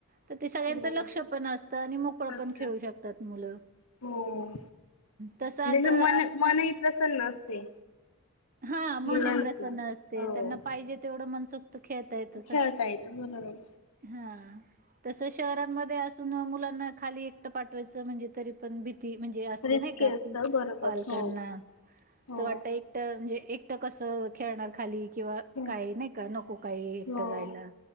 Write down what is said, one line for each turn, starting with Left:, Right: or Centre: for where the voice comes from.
Right: तर ते सगळ्यांचं
Left: हो
Right: लक्ष पण अस मोकळ
Left: असत
Right: पण खेळू शकतात मुल
Left: हो
Right: तस आता
Left: त्यांच मन मनही प्रसन्न असते.
Right: हा मन
Left: मुलांच
Right: ही प्रसन्न असते
Left: हो
Right: त्यांना पाहिजे तेवढं मनसोक्त खेळता येत तसं
Left: खेळतायत बरोबर.
Right: हा. तसं शहरांमध्ये असून मुलांना खाली एकटं पाठवायचं म्हणजे तरी पण ती म्हणजे असते
Left: रिस्की
Right: ना का
Left: असत बरोबर
Right: पालकांना
Left: हो
Right: असं
Left: हो
Right: वाटत एक एक म्हणजे एकटं कस खेळणार खाली किंवा
Left: खेळ.
Right: काही नाही का नको काही एकटं
Left: हो
Right: जायला